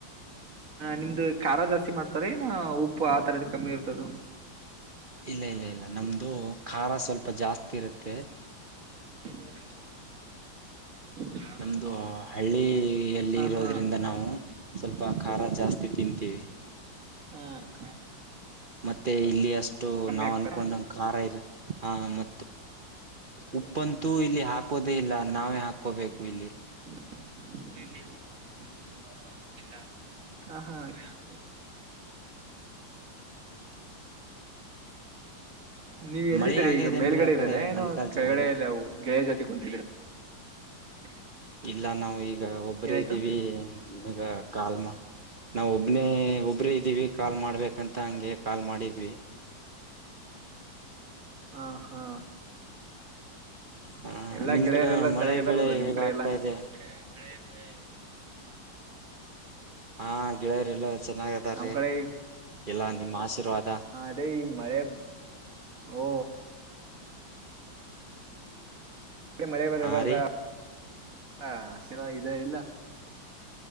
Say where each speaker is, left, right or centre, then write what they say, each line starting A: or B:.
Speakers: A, on the right; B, on the right.
A: ನಿಮ್ದು ಖಾರ ಜಾಸ್ತಿ ಮಾಡ್ತಾರೆನು ಉಪ್ಪು ಆ ತರದ ಕಮ್ಮಿ ಇರ್ತದ.
B: ಇಲ್ಲ ಇಲ್ಲ ಇಲ್ಲ ನಮ್ದು ಖಾರ ಸ್ವಲ್ಪ ಜಾಸ್ತಿ ಇರುತ್ತೆ.
A: <unintelligible> ಹ್ಮ್
B: ನಮ್ದು ಹಳ್ಳಿಯಲ್ಲಿ ಇರೋದ್ರಿಂದ
A: ಹಾ
B: ನಾವು. ಸ್ವಲ್ಪ ಖಾರ ಜಾಸ್ತಿ ತಿಂತೀವಿ.
A: ಹ್ಮ್
B: ಮತ್ತೆ ಇಲ್ಲಿ ಅಷ್ಟು ನಾವ್
A: ಆಗ್ತಾರ
B: ಅನ್ಕೊಂಡಂದ ಖಾರ ಇರುತ್ತೆ. ಹಾ ಮ ಉಪ್ಪಂತೂ ಇಲ್ಲಿ ಹಾಕೋದೇ ಇಲ್ಲ ನಾವೇ ಹಾಕ. ಹಾಕೋಬೇಕು ಇಲ್ಲಿ.
A: <unintelligible> ನೀವ್ ಎಲ್ಲಿದ್ದ್ರರಿ
B: ಮಳಿ ಆಗ್ಯದೇನ್ರೀ
A: ಈಗ ಮೇಲ್ಗಡೆ
B: ಆ
A: ಇದ್ದಾರೆ
B: ಕಡೆ
A: ಏನೋ
B: ಮಲ್ಲಿಕಾರ್ಜುನ
A: ಕೆಳಗಡೆ
B: ಅವ್ರೆ
A: ಎಲ್ಲ ಗೆಳೆಯ ಜೊತೆ ಕುೂಂತಿದೀರ. <unintelligible>
B: ಇಲ್ಲ ನಾವು ಈಗ ಒಬ್ಬರೇ
A: ಏನಾಯ್ತು
B: ಇದ್ದೀವಿ ನಿಮಗ ಕಾಲ್ ನಾವು ಒಬ್ಬರೇ ಒಬರೇ ಇದ್ದೀವಿ ಕಾಲ್ ಮಾಡ್ಬೇಕಂತ ಹಂಗೆ ಕಾಲ್ ಮಾಡಿದ್ವಿ.
A: ಹಾ ಹಾ.
B: ಹ
A: ಎಲ್ಲಾ
B: ನಿಮ್
A: ಗೆಳೆಯರೆಲ್ಲಾ
B: ಕಡೆ ಮಳೆ
A: ಚೆನ್ನಾಗಿದಾರಲ್ಲ
B: ಬೆಳೆ
A: ನಿಮ್
B: ಹೇಗಾಗ್ತಾಯಿದೆ.
A: ಕಡೆ ಮಳೆ ಬೆಳೆ.
B: ಹಾ ಗೆಳೆಯರಿ ಎಲ್ಲ ಚೆನ್ನಾಗ್ದಾರ್ರೀ
A: ನಮ್ ಕಡೆ
B: ಎಲ್ಲಾ ನಿಮ್ಮ ಆಶೀರ್ವಾದ.
A: ಹ ಅದೇ ಈ ಮಳೆ ಓ. ಮಳೆ ಬರ್ಬಾರ
B: ಹಾ ರೀ
A: <unintelligible> ಇದೆ ಇಲ್ಲ.